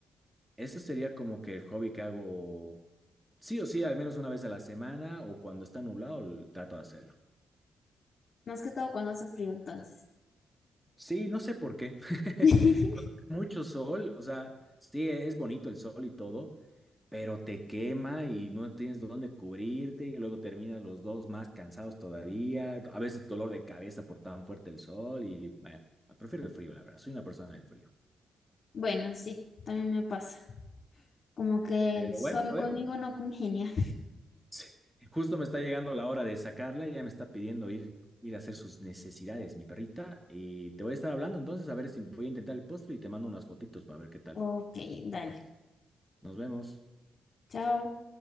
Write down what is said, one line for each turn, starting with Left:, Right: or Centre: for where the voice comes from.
Centre: Eso sería como que el hobby que hago, sí o sí, al menos una vez a la semana o cuando está nublado, l- trato de hacerlo.
Left: Más que todo cuando hace frío, entonces.
Centre: Sí, no sé por qué. <laughs>
Left: <laughs>
Centre: Cuando hace mucho sol, o sea, sí, es bonito el sol y todo, pero te quema y no tienes dónde cubrirte y luego terminas los dos más cansados todavía. A veces dolor de cabeza por tan fuerte el sol y bueno, prefiero el frío, la verdad. Soy una persona del frío.
Left: Bueno, sí, también me pasa. Como que
Centre: Pero
Left: el sol
Centre: bueno, a
Left: conmigo
Centre: ver,
Left: no congenia.
Centre: sí. Justo me está llegando la hora de sacarla, ya me está pidiendo ir, ir a hacer sus necesidades, mi perrita, y te voy a estar hablando entonces a ver si voy a intentar el postre y te mando unas fotitos para ver qué tal.
Left: Ok, dale.
Centre: Nos vemos.
Left: Chao.